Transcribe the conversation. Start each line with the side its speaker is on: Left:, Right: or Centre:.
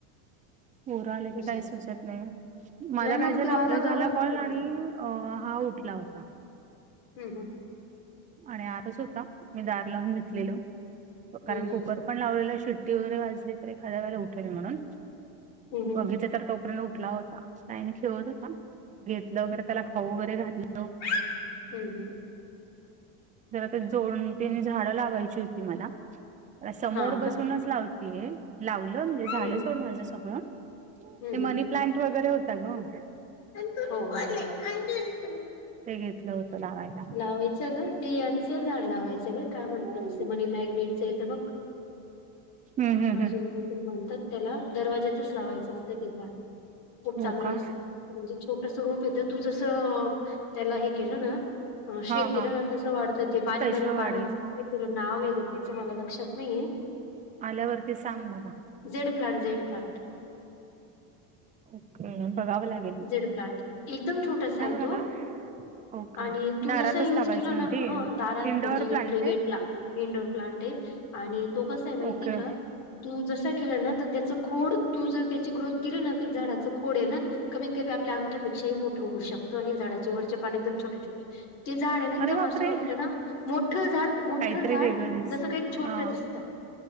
Right: परं आलं की
Left: असं
Right: कांहीं सुचतं नाहीं मलां
Left: नाही मग
Right: कायं झालं
Left: तो
Right: आपलांय
Left: आला
Right: झालं
Left: का मग
Right: कॉल
Left: देते
Right: आणि अ हां उठलां होतां
Left: हम्मं हं
Right: आणि आतंच होतां मी दांर लावूंन घेतलेलं
Left: हम्म
Right: कारणं
Left: हम्म
Right: कुंकर पणं लावलेलं शिट्टी वगैरें वाजली तरी खांद्या खांयला उठेल म्हणूंन
Left: हम्म
Right: बगीतल
Left: हम्म
Right: तरं तो प्रणव उठलां होतां कांहीं नाहीं खेळतं होतां घेतलं वगैरें त्यांला खाऊं वगैरें घातलं
Left: हम्मं
Right: जरां ते दोन तीनं झाडं लावांयची होती मलां समोरं
Left: हा
Right: बसूनचं
Left: का
Right: लावतं ते लावलं म्हणजे
Left: हम्म
Right: झालं
Left: हम्म
Right: सोड माझं सगळं
Left: हम्म
Right: ते
Left: हम्म
Right: मनीं प्लांट वगैरें होतां गं
Left: नंतर <unintelligible>
Right: ते घेतलं होतं लांवायलां
Left: लावायचं गं ते याचं झाडं लावायचं गं कायं म्हंटलं
Right: हम्म
Left: असतं म्हणे मॅग्नेटचं आहे तरं बघं
Right: हम्म
Left: अजूंन
Right: हम्म
Left: कांहीतरी म्हणतांत त्यांला दरवाज्यांतचं लावायचं असतं ते झाडं खूंप चांगलं
Right: हो का
Left: असतं म्हणजे छोटं स्वरूप येतं तूं जसं त्यांला हे केलं नां शेप
Right: हा
Left: दिलां
Right: हा
Left: नां तसं वाढतं ते बारीक
Right: पैसे
Left: बारीक
Right: वाढेल
Left: पानांच कांहीतरी नांव हेगं त्यांचं मलां कांहीं लक्षांत नाहीये
Right: आल्यांवरती सांग मलां
Left: झेडं प्लांट झेडं प्लांट
Right: ओके बघावं लागेलं
Left: झेडं प्लांट एकदंम छोटसां आहे
Right: मला
Left: तो
Right: ओके
Left: आणि तूं
Right: दारातच
Left: जसां यूंज
Right: लावायचं
Left: केलां
Right: म्हणते
Left: नां हं दारातं
Right: इंडोअर
Left: म्हणजे
Right: प्लांट
Left: इंट्री
Right: आहे
Left: गेटं लां इंडोर प्लांट आहे आणि तो कसां आहे माहिती
Right: ओके
Left: आहे कां तू जसां केलां नां तरं त्यांची खोडं तूं जरं त्यांची ग्रोथं केली नां तरं झाडाचं खोडं आहे नां कमीतं कमी आपल्यां अंगठपेक्षाही मोठं होऊं शकतो आणि झाडांचे वरचे पाणी एकदंम छोटे छोटे ते झाडं नां एकदंम
Right: अरे बापरे
Left: असं वाटतं नां मोठं झाडं मोठं
Right: काहीतरी
Left: झाडं
Right: वेगळं दिसत
Left: जसं कांहीं छोटं
Right: हा
Left: दिसतं